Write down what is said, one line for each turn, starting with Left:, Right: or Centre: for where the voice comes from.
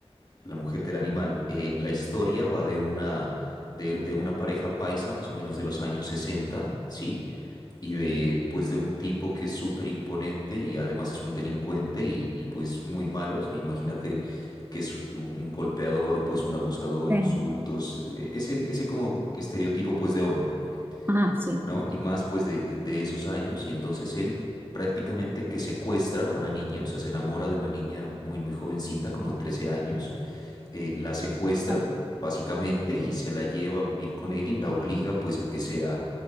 Left: La mujer del animal. Eh, la historia va de una, de, de una pareja paisa, más o menos de los años 60, ¿sí? Y de, pues, de un tipo que es súper imponente y además es un delincuente y, y, pues muy malo. O sea, imagínate que es un golpeador, pues un abusador,
Right: eh,
Left: insultos, eh, ese, ese como estereotipo pues de hombre,
Right: Ah, sí.
Left: ¿no? Y más pues de, de de esos años. Y entonces él prácticamente que secuestra a una niña, o sea, se enamora de una niña muy, muy jovencita, como de 13 años eh, la secuestra
Right: ah,
Left: básicamente y se la lleva a vivir con él y la obliga pues a que sea